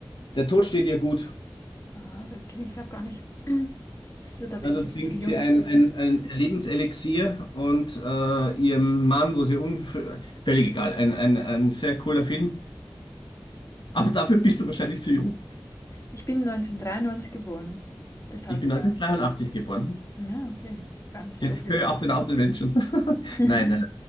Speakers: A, on the left; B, on the left.
A: Der Tod steht ihr gut.
B: ah das kenne ich glaube gar nicht. Das, da bin
A: Ja, da
B: ich jetzt
A: trinkt
B: zu jung.
A: sie ein, ein, ein Lebenselixier und äh, ihrem Mann, wo sie unfällig, völlig egal, ein, ein, ein sehr cooler Film. Aber dafür bist du wahrscheinlich zu jung.
B: Ich bin 1993 geboren. Deshalb
A: Ich bin
B: ja.
A: 1983 geboren.
B: Ja, okay. Gar nicht so
A: <laughs>
B: viel
A: Höre
B: älter.
A: auf den alten Menschen. <laughs>
B: <laughs>
A: Nein, nein,